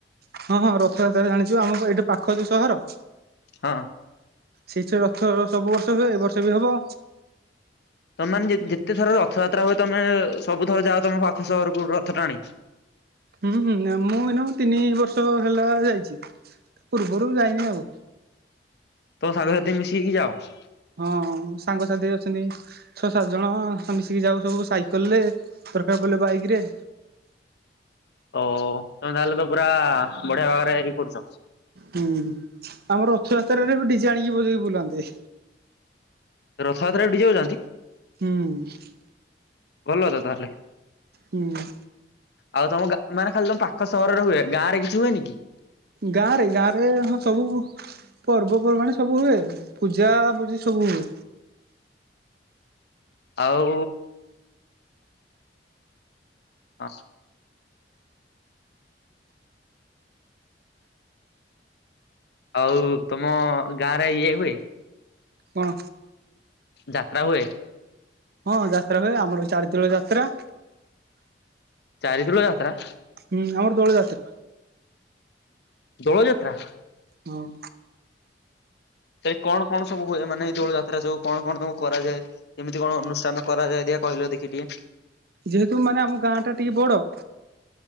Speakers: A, on the right; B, on the left.
A: ହଁ ହଁ ରଥଯାତ୍ରା ଜାଣିଛୁ ଆମର ଏଇଠି ପାଖ ଯେ ସହର
B: ହଁ
A: ସେଇ ଯଉ ରଥ ସବୁ ବର୍ଷ ହୁଏ ଏ ବର୍ଷ ବି ହବ।
B: ତମେମାନେ ଯେତେ ଥର ରଥଯାତ୍ରା ହୁଏ ତମେ ସବୁ ଥର ଯାଅ ତମ ପାଖ ସହରକୁ ଯାଅ ରଥ ଟାଣି?
A: ହୁଁ ମୁଁ ଏଇନା ତିନି ବର୍ଷ ହେଲା ଯାଇଛି ପୂର୍ବରୁ ଯାଇନି ଆଉ।
B: ତୋ ସାଙ୍ଗସାଥି ମିଶିକି ଯାଅ।
A: ହଁ ସାଙ୍ଗସଥି ଅଛନ୍ତି। ଛଅ ସାତ ଜଣ ଆମେ ମିଶିକି ଯାଉ ସବୁ ସାଇକେଲ ରେ ଦରକାର ପଡ଼ିଲେ ବାଇକ ରେ।
B: ଓ ତମେ ତାହେଲେ ତ ପୁରା ବଢିଆ ଭାବରେ ଇଏ କରୁଛ।
A: ହୁଁ ଆମର ରଥଯାତ୍ରାରେ ବି ଡିଜେ ଆଣିକି ବଜେଇକି ବୁଲାନ୍ତି।
B: ରଥଯାତ୍ରାରେ ବି ଡିଜେ ବଜାନ୍ତି?
A: ହୁଁ।
B: ଭଲ ତ ତାହେଲେ।
A: ହୁଁ।
B: ଆଉ ତମ ଗା ମାନ ଖାଲି ତମ ପାଖ ସହରରେ ଖାଲି ହୁଏ, ଗାଁରେ କିଛି ହୁଏନି କି?
A: ଗାଁରେ ଗାଁ ରେ ହଁ ସବୁ ପର୍ବପର୍ବାଣି ସବୁ ହୁଏ ପୂଜା ପୂଜିି ସବୁ ହୁଏ।
B: ଆଉ <unintelligible> ଆଉ ତମ ଗାଁରେ ଇଏ ହୁଏ?
A: କଣ?
B: ଯାତ୍ରା ହୁଏ?
A: ହଁ, ଯାତ୍ରା ହୁଏ ଆମର ଚାରି ଦୋଳ ଯାତ୍ରା।
B: ଚାରି ଦୋଳ ଯାତ୍ରା?
A: ହୁଁ, ଆମର ଦୋଳଯାତ୍ରା।
B: ଦୋଳ ଯାତ୍ରା?
A: ହଁ।
B: ସେଇ କଣ କଣ ସବୁ ହୁଏ ମାନେ ଏଇ ଦୋଳ ଯାତ୍ରା ସବୁ କଣ କଣ ସବୁ କରାଯାଏ? କେମିତି କଣ ଅନୁଷ୍ଠାନ କରାଯାଏ ଦେଖିଆ କହିଲ ଦେଖି ଟିକେ।
A: ଯେହେତୁ ମାନେ ଆମ ଗାଁ ଟା ଟିକେ ବଡ